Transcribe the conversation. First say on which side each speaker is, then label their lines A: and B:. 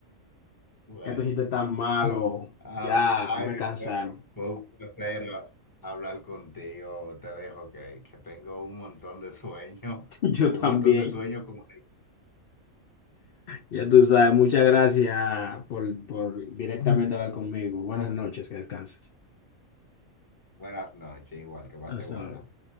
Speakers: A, on the left; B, on the left.
A: Bueno.
B: Que estos chistes tan malos,
A: Ah,
B: ya
A: ay,
B: me cansaron.
A: fue, fue un placer ah, hablar contigo. Te dejo que, que tengo un montón de sueño,
B: <laughs> Yo
A: un
B: también.
A: montón de sueño. Como...
B: Ya tú sabes, muchas gracias por, por directamente hablar conmigo. Buenas noches, que descanses.
A: Buenas noches, igual que
B: Hasta
A: pase
B: luego.
A: buena.